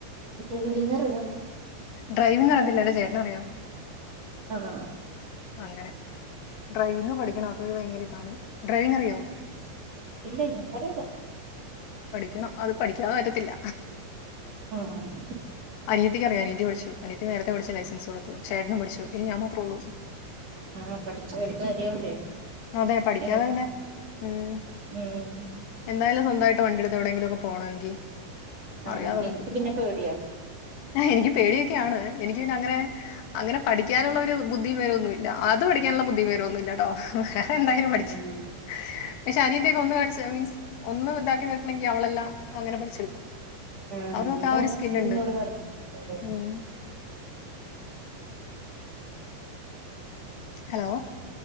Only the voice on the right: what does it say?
ഡ്രൈവിംഗറി യോ
അഹ് ആഹ്
ഇല്ല ഇൻക്കറീല
അഹ് അഹ്
ആഹ് പഠിച്ചൊ ഒര് കാര്യാവൂലേ
എങ്ങട്ട്
ഉം
ആഹ്
എനിക്ക്
പിന്നെ പേടിയാ
ഉം
ആഹ്
നിന്റെ
ഹസ്ബന്റിനോട്
പറഞ്ഞൂടെ